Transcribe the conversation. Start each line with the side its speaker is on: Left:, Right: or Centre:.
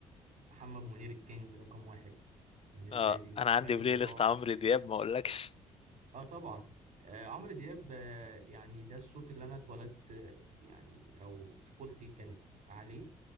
Right: محمد منير الكينج رقم واحد بالنسبة
Left: اه
Right: لي
Left: انا عندي
Right: بجري
Left: بلاي
Right: وراه
Left: ليست عمرو دياب ما اقولكش
Right: اه طبعا آه عمرو دياب آه يعني ده الصوت اللي أنا اتولدت آه، يعني أو طفولتي كانت عليه